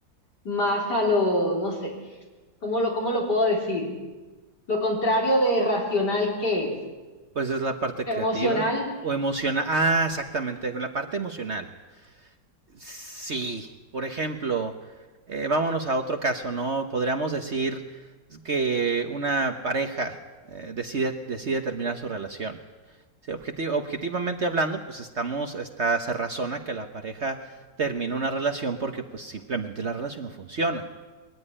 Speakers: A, on the left (about 60°); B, on the right (about 45°).
A: más a lo, no sé, ¿cómo lo, cómo lo puedo decir? Lo contrario de racional, ¿qué es?
B: Pues es la parte
A: Emocional.
B: creativa. O emocional. Ah, exactamente, la parte emocional. Sí, por ejemplo, eh, vámonos a otro caso, ¿no? Podríamos decir que una pareja eh, decide, decide terminar su relación. Sí, objetiv objetivamente hablando, pues estamos, está, se razona que la pareja termina una relación porque pues simplemente la relación no funciona.